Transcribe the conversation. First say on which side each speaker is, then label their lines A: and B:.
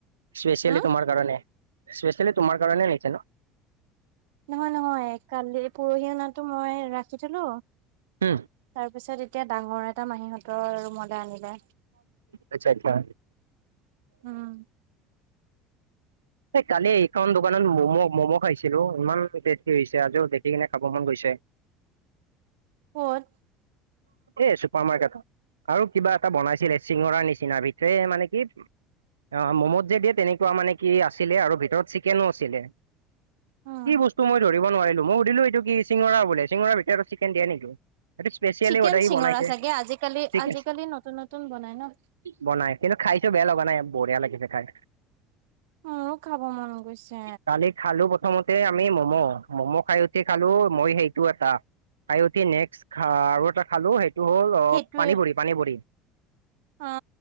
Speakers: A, on the right; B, on the right.
A: স্পেচিয়েলি
B: উম
A: তোমাৰ কাৰণে স্পেচিয়েলি তোমাৰ কাৰণে নিচে ন। <inaudible>
B: নহয় নহয় কালি পৰহিনাটো মই ৰাখি থলো।
A: উম,
B: তাৰ পিছত এতিয়া ডাঙৰ এটা মাহীহঁতৰ ৰুমলৈ আনিলে।
A: আচ্ছা আচ্ছা।
B: উম।
A: এই কালি এইখন দোকানত মম' ম'ম' খাইছিলো ইমান টেষ্টি হৈছে আজিও টে সেই কাৰণে খাবমন গৈছে।
B: ক'ত।
A: এ চোপাৰ মাৰকেটত। আৰু কিবা এটা বনাইছিলে চিঙৰাৰ নিচিনাৰ ভিতৰে মানে কি। অ', ম'মত যে দিয়ে তেনেকুৱা মানে আছিলে আৰু ভিতৰত চিকেনও আছিলে
B: উম
A: কি বস্ত মই ধৰিব নোৱাৰিলো মই সধিলো এইটো কি চিঙৰা বোলে চিঙৰাৰ ভিতৰত চিকেন দিয়ে নেকি? এইটো স্পেচিয়েলি
B: চিকেন
A: বোধহয় সি
B: চিঙৰা
A: বনাইছে
B: চাগে আজিকালি
A: চিকেন
B: আজিকালি নতুন নতুন বনাই ন।
A: বনাই কিন্তু খাইছো বেয়া লগা নাই বঢ়িয়া লাগিছে খাই।
B: মোৰো খাব মন গৈছে।
A: কালি খালো প্ৰথমতে আমি মম' ম'ম' খাই উঠি খালো মই সেইটো এটা। খাই উঠি নেক্সট খ আৰু এটা খালো সেই এইটো হ'ল
B: সেইটোৱে
A: পানী পুৰি পানী পুৰি।
B: অ